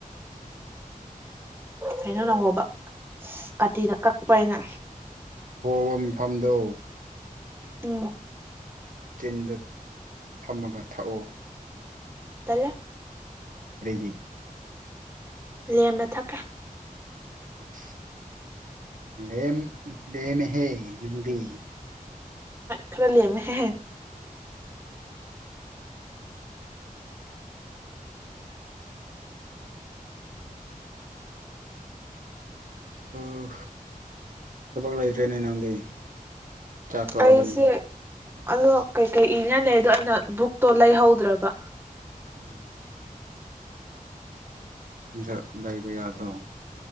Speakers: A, on the right; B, on the right.
A: ꯎꯝ
B: ꯀꯩꯅꯣꯅ ꯍꯣꯕꯥ ꯏꯁ ꯀꯥꯇꯤꯅ ꯀꯛꯄ ꯑꯩꯅ
A: ꯍꯣꯐꯝ ꯐꯝꯗꯣ
B: ꯎꯝ
A: ꯆꯤꯟꯗ ꯊꯝꯃꯒ ꯊꯥꯛꯑꯣ
B: ꯇꯜꯂꯦ
A: ꯀꯔꯤꯒꯤ
B: ꯂꯦꯝꯅ ꯊꯛꯀꯦ
A: ꯏꯁ ꯂꯦꯝ ꯂꯦꯝꯃꯦꯍꯦ ꯅꯪꯗꯤ
B: ꯈꯥꯔ ꯂꯦꯝꯃꯦ ꯍꯦ ꯍꯦ
A: ꯑꯣ ꯊꯕꯛ ꯂꯩꯇ꯭ꯔꯦꯅꯦ ꯅꯪꯗꯤ ꯆꯥꯛ ꯇꯣꯛꯑꯕꯅꯤꯅ
B: ꯑꯩꯁꯦ ꯑꯗꯣ ꯀꯩꯀꯩ ꯏꯟꯅꯥ ꯂꯩꯗꯣ ꯑꯗꯣ ꯑꯩꯅ ꯕꯨꯛꯇꯣ ꯂꯩꯍꯧꯗ꯭ꯔꯕ
A: ꯎꯝ ꯕꯤꯔꯛ ꯂꯩꯕ ꯌꯥꯗ꯭ꯔꯣ